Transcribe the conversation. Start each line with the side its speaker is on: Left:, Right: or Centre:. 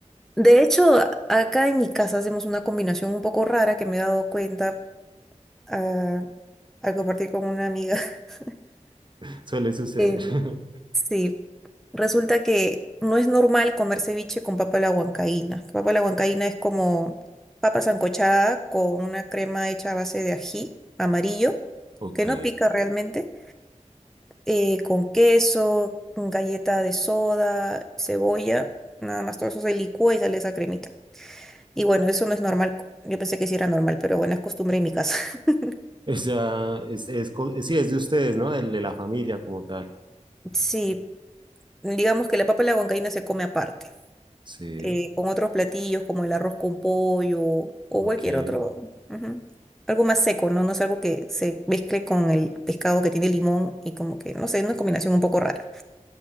Centre: De hecho, a- acá en mi casa hacemos una combinación un poco rara que me he dado cuenta a, a compartir con una amiga. <laughs>
Right: <laughs> suele suceder.
Centre: Em,
Right: <laughs>
Centre: sí, resulta que no es normal comer ceviche con papa a la huancaína. Papa a la huancaína es como papa sancochada con una crema hecha a base de ají amarillo,
Right: Ok.
Centre: que no pica realmente, eh, con queso, galleta de soda, cebolla, nada más todo eso se licúa y sale esa cremita. Y bueno, eso no es normal. Yo pensé que sí era normal, pero bueno, es costumbre en mi casa. <laughs>
Right: O sea, es, es, co- sí, es de ustedes, ¿no? Del- de la familia como tal.
Centre: Sí, digamos que la papa a la huancaína se come aparte.
Right: Sí,
Centre: eh, con otros platillos como el arroz con pollo o cualquier
Right: ok.
Centre: otro, ujú, algo más seco, ¿no? No es algo que se mezcle con el pescado que tiene limón y como que, no sé, una combinación un poco rara.